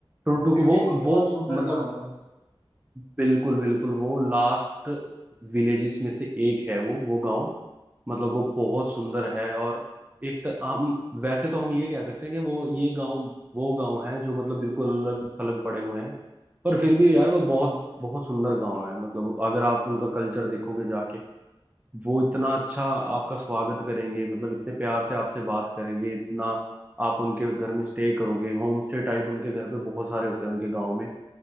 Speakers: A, on the right (about 15°); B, on the left (about 50°).
A: टुकटुक
B: ब्यूटीफुल
A: वो वो
B: बहुत सुंदर
A: मतलब
B: गांव है
A: बिल्कुल बिल्कुल वो लास्ट विलेजेस में से एक है वो वो गांव मतलब वो बहुत सुंदर है और एक तर, हम वैसे तो हम ये कह सकते हैं कि वो ये गांव वो गांव है जो मतलब बिल्कुल अलग थलग पड़े हुए हैं पर फिर भी यार वो बहुत बहुत सुंदर गांव है मतलब अगर आप उनका कल्चर देखोगे जाके वो इतना अच्छा आपका स्वागत करेंगे मतलब इतने प्यार से आपसे बात करेंगे इतना आप उनके घर में स्टे करोगे होम स्टे टाइप उनके घर पे बहुत सारे होते हैं उनके गांव में